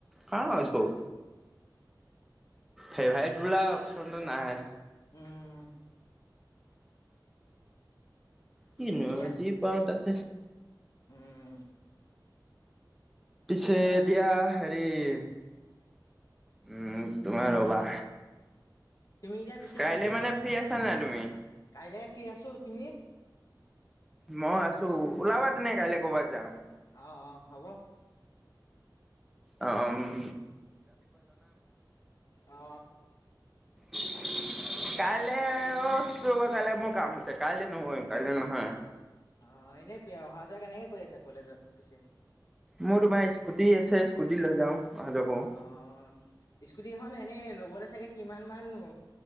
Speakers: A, in the centre; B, on the left.
A: খাও
B: উম,
A: চব, ফেভাৰেট বোলা অপশচনটো নাই,
B: উম।।
A: কিনো
B: এতিয়া
A: আজি পাওঁটাকে, স <unintelligible>
B: উম
A: পিছে
B: এতিয়া
A: দিয়া হেৰি, সেৰি, উম তুমাৰ ৰবা,
B: তুমি এতিয়া পিছে
A: কাইলে
B: হেৰি
A: মানে ফ্ৰী আছা নাই তুমি?
B: কাইলে ফ্ৰী আছো তুমি,
A: মই আছো ওলাবা তেনে কাইলৈ কৰ'বাত যাম,
B: অ' অ' হব
A: অহ উম।।
B: অহ।।
A: উ <unintelligible> কাইলৈ অ' শুক্ৰবাৰ কাইলৈ মোৰ কাম আছে কাইলৈ নহয় কাইলৈ নহয়
B: অ' এনেই অহা যোৱা কেনেকে কৰি আছা কলেজত পিছে
A: মোৰ তোমাৰ স্কুটি আছে স্কুটি লৈ যাওঁ অহা যোৱা কৰো
B: অ' স্কুটি এখন এনে লব লবলে চাগে কিমান মান অ'